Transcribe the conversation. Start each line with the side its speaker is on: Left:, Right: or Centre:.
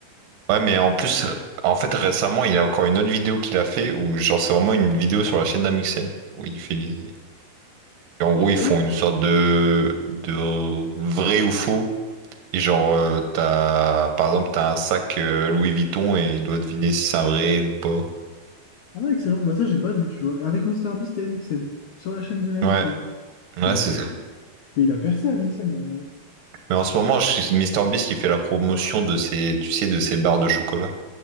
Right: Ouais, mais en plus, en fait, récemment, il y a encore une autre vidéo qu'il a fait où, genre, c'est vraiment une vidéo sur la chaîne d'Amixem. Où il fait. En gros, ils
Left: D'accord.
Right: font une sorte de, de vrai ou faux Et genre, euh, t'as, par exemple, t'as un sac euh, Louis Vuitton et il doit deviner si c'est un vrai ou pas.
Left: Ah, excellent. Bah, ça, j'ai pas vu, tu vois. Avec Mister Beast et MXM. Sur la chaîne de MXM.
Right: Ouais,
Left: C'est
Right: ouais, c'est
Left: c'est
Right: ça.
Left: fou. Mais il a percé, MXM. euh.
Right: Mais en ce moment, je suis MrBeast qui fait la promotion de ces, tu sais, de ces barres de chocolat.